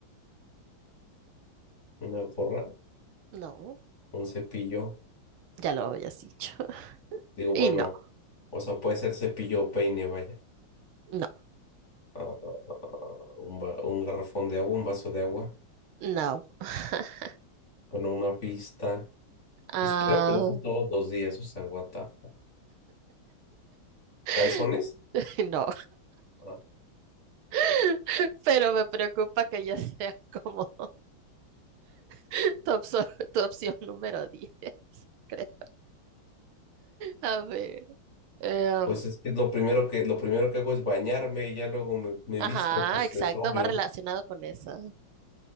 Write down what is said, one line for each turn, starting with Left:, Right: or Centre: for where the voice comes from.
Left: una gorra,
Right: no.
Left: un cepillo.
Right: Ya lo habías dicho. <laughs>
Left: Digo, bueno,
Right: Y no,
Left: o sea, puede ser cepillo o peine, vaya.
Right: no,
Left: Ah, un, va- un garrafón de agua, un vaso de agua.
Right: no. <laughs>
Left: Bueno, una pista.
Right: Ah,
Left: Espero que lo uses todos los días, o sea, what the fuck.
Right: <laughs>
Left: ¿Calzones?
Right: no.
Left: Ah,
Right: <laughs> Pero me preocupa que ya sea como <laughs> tu, opso- tu opción número 10, <laughs> creo. A ver. em,
Left: Pues es que lo primero que, lo primero que hago es bañarme y ya luego me, me
Right: ajá,
Left: visto, pues
Right: exacto,
Left: es obvio.
Right: va relacionado con eso.